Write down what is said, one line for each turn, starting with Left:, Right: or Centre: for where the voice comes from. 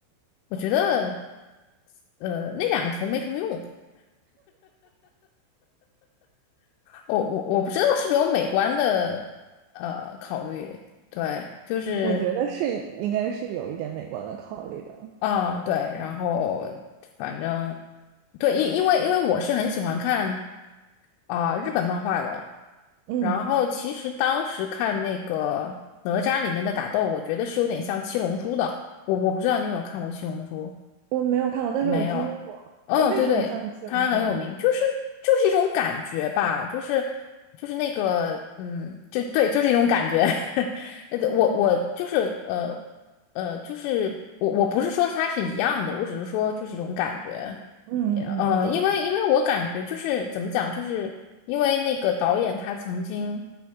Left: 我觉得呃那两个头没什么用，我我我不知道是不是有美观的呃考虑，对，就是
Right: 我觉得是应该是有一点美观的考虑的。
Left: 啊对，然后反正对，因因为因为我是很喜欢看啊、日本漫画的，
Right: 嗯，
Left: 然后其实当时看那个哪吒里面的打斗，我觉得是有点像七龙珠的，我我不知道你有没有看过七龙珠。
Right: 我没有看过，但是我听说过。
Left: 没有，嗯，
Right: 那、为什么像七龙珠呢？
Left: 对对，它很有名，就是就是一种感觉吧，就是就是那个，嗯，就对，就是一种感觉。<laughs> 呃我我就是呃呃，就是我我不是说它是一样的，我只是说就是一种感觉。
Right: 嗯嗯嗯，
Left: 呃，
Right: 我懂我懂。
Left: 因为因为我感觉就是怎么讲，就是因为那个导演他曾经，